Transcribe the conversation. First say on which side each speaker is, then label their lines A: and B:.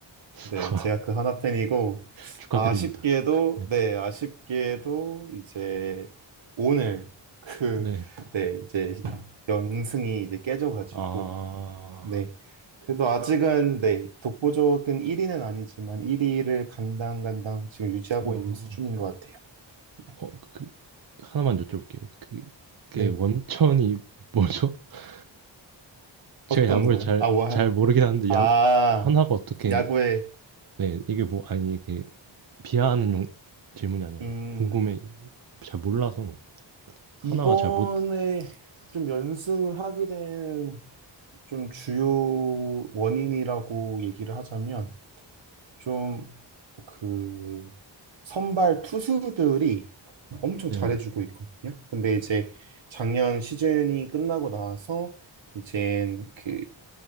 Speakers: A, on the right; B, on the right.
A: <laughs>
B: 네, 제가 그 하나 팬이고,
A: 축하드립니다.
B: 아쉽게도,
A: 네.
B: 네, 아쉽게도 이제 오늘 그,
A: 네.
B: 네, 이제 연승이 이제 깨져가지고,
A: 아,
B: 네. 그래도 아직은, 네, 독보적인 1위는 아니지만 1위를 간당간당 지금 유지하고
A: 어,
B: 있는 수준인 것 같아요. 네.
A: 어, 그, 하나만 여쭤볼게요. 그, 그게
B: 네.
A: 원천이 뭐죠? <laughs> 제가
B: 어떤
A: 야구를
B: 거요?
A: 잘,
B: 아, 와,
A: 잘 모르긴 하는데,
B: 아,
A: 야, 하나가 어떻게,
B: 야구에,
A: 네, 이게 뭐, 아니, 이게 비하하는 용, 질문이 아니라,
B: 음,
A: 궁금해, 잘 몰라서, 하나가
B: 이번에
A: 잘 못,
B: 좀 연승을 하게 된 좀 주요 원인이라고 얘기를 하자면 좀 그 선발 투수들이 엄청
A: 네네,
B: 잘해주고 있거든요. 근데 이제 작년 시즌이 끝나고 나서 이제 그